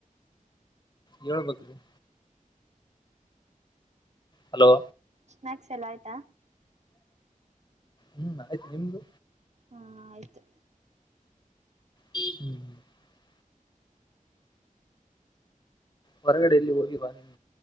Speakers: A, on the left; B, on the right.
A: ಹೇಳ್ಬೇಕ್ರಿ <inaudible> ಹಲೋ
B: ಸ್ನಾಯಕ್ಸ್ ಎಲ್ಲ ಆಯ್ತಾ
A: ಹ್ಮ್ ಆಯ್ತು ನಿಮ್ದು
B: ಹಾ ಆಯ್ತು
A: ಹ್ಮ್ ಹ್ಮ್್ಮ <unintelligible> ಹೊರಗಡ ಎೆಯಲ್ಲಿ ಹೋಗಿರುವಾ ನೀಮಗೆ